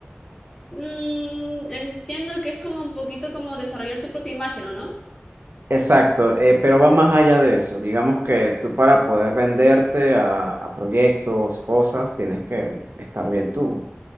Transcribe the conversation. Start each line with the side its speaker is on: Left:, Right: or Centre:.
Left: Mm, entiendo que es como un poquito como desarrollar tu propia imagen, ¿o no?
Right: Exacto, eh, pero va más allá de eso. Digamos que tú para poder venderte a, a proyectos, cosas, tienes que estar bien tú.